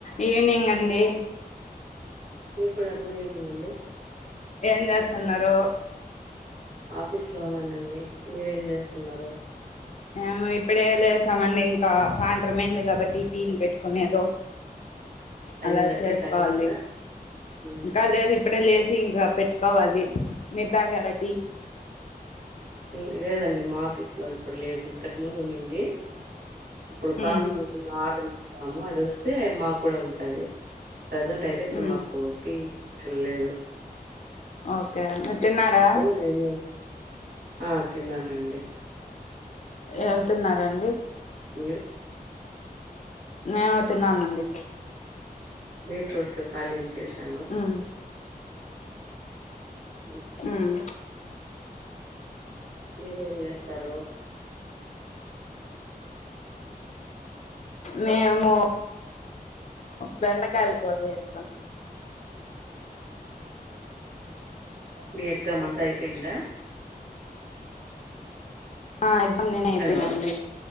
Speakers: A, on the left; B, on the right.
A: Evening అండి
B: మీకు కూడా గుడ్ ఈవినింగ్ అండి.
A: ఏం చేస్తున్నారు
B: ఆఫీస్ లో ఉన్నానండి మీరేం చేస్తున్నారు
A: మేము ఇప్పుడే లేసామండి ఇంకా సాయంత్రం అయింది కాబట్టి టీ లు పెట్టుకునే దో
B: అయిందా
A: అలా చేసుకోవాలి
B: టీ తాగేసారా? హ్మ్.
A: ఇంకా లేదు ఇప్పుడే లేస్ ఇంకా పెట్టుకోవాలి మీరు తాగారా టీ
B: మ్ లేదండి మా ఆఫీస్ లో ఇప్పుడు లేదు ఇంతకు ముందు ఉండింది ఇప్పుడు కాఫీ
A: ఉమ్
B: మిషన్ ఆర్డర్ ము అది వస్తే మాకు కూడా ఉంటది ప్రజెంట్ అయితే ఇప్పుడు
A: ఉమ్
B: మాకు టీ ఇస్ లేదు
A: ఓకే మీరు తీన్నారా
B: ఉ నేను ఆ తిన్నానండి
A: ఏం తిన్నారండి
B: మీరు?
A: మేము తీన్నామండి
B: బీట్ రూట్ తాలీంప్ చేశాను
A: ఉమ్
B: ఉహు
A: ఉమ్
B: మీరేం చేస్తారు.
A: మేము బెండకాయలు కూర చేసుకొని
B: మీ ఎగ్జామ్ అంతా అయిపోయిందా.
A: ఆ ఎగ్దామ్ నేనే అయిపోయినండి.
B: హలో!